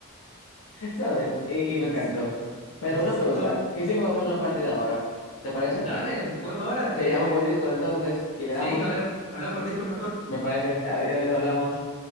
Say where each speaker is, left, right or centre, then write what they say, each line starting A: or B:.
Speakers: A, on the left; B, on the left.
A: <laughs> ¿sabes? Y, y me
B: José,
A: encantó. Pero
B: Josecito.
A: una pregunta, ¿y si jugamos
B: ¿hmm?
A: una partida ahora? ¿Te parece?
B: Dale, juguemos ahora.
A: Te
B: Eh,
A: llamo por Discord entonces y
B: sí,
A: le damos,
B: habla- hablamos por Discord mejor.
A: me parece, adiós, hablamos.